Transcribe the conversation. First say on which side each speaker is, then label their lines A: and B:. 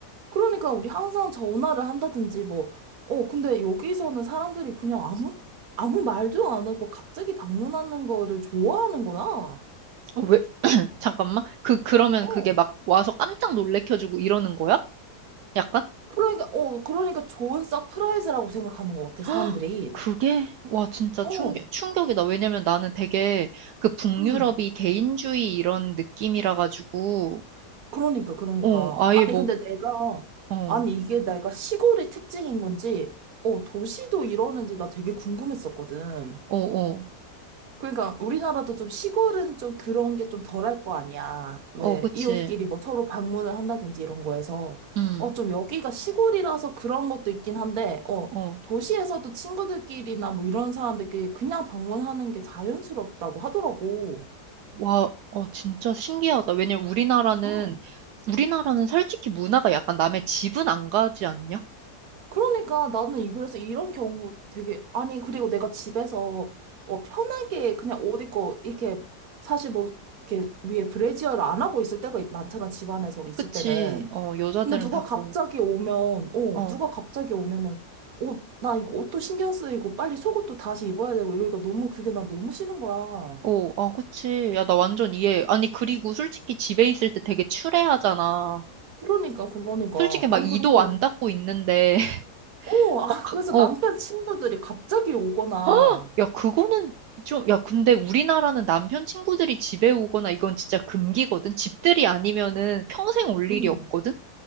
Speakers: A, on the right; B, on the right.
A: 그러니까 우리 항상 전화를 한다든지 뭐, 어, 근데 여기서는 사람들이 그냥 아무, 아무 말도 안 하고 갑자기 방문하는 거를 좋아하는 거야.
B: 어, 왜, 잠깐만. 그, 그러면
A: 어,
B: 그게 막 와서 깜짝 놀래켜주고 이러는 거야? 약간?
A: 그러니까, 어, 그러니까 좋은 서프라이즈라고 생각하는 것 같아, 사람들이.
B: 헉, 그게? 와, 진짜
A: 어,
B: 충격, 충격이다. 왜냐면 나는 되게 그 북유럽이
A: 음,
B: 개인주의 이런 느낌이라 가지고,
A: 그러니까, 그러니까.
B: 어, 아예
A: 아니,
B: 뭐,
A: 근데 내가,
B: 어,
A: 아니, 이게 내가 시골의 특징인 건지, 어, 도시도 이러는지 나 되게 궁금했었거든.
B: 어, 어,
A: 그러니까 우리나라도 좀 시골은 좀 그런 게 좀 덜할 거 아니야. 왜
B: 어, 그치.
A: 이웃끼리 뭐 서로 방문을 한다든지 이런 거에서
B: 음,
A: 어 좀 여기가 시골이라서 그런 것도 있긴 한데 어
B: 어,
A: 도시에서도 친구들끼리나 뭐 이런 사람들끼리 그냥 방문하는 게 자연스럽다고 하더라고.
B: 와, 어, 진짜 신기하다. 왜냐면 우리나라는,
A: 어,
B: 우리나라는 솔직히 문화가 약간 남의 집은 안 가지 않냐?
A: 그러니까 나는 이 그래서 이런 경우 되게 아니 그리고 내가 집에서 어 편하게 그냥 옷 입고 이렇게 사실 뭐 이렇게 위에 브래지어를 안 하고 있을 때가 많잖아 집안에서 있을
B: 그치.
A: 때는.
B: 어, 여자들은
A: 근데 누가
B: 다
A: 갑자기
B: 그러니까.
A: 오면, 어,
B: 어.
A: 누가 갑자기 오면은, 어, 나 이거 옷도 신경 쓰이고 빨리 속옷도 다시 입어야 되고 이러니까 너무 그게 나 너무 싫은 거야.
B: 어, 아, 그치. 야, 나 완전 이해. 아니, 그리고 솔직히 집에 있을 때 되게 추레하잖아.
A: 그러니까, 그러니까.
B: 솔직히 막
A: 아니,
B: 이도
A: 그래서,
B: 안 닦고 있는데, <laughs>
A: 어, 아,
B: 막, 그-
A: 그래서
B: 어,
A: 남편 친구들이 갑자기 오거나,
B: 헉! 야, 그거는 좀, 야, 근데 우리나라는 남편 친구들이 집에 오거나 이건 진짜 금기거든? 집들이 아니면은 평생 올 일이
A: 음.
B: 없거든?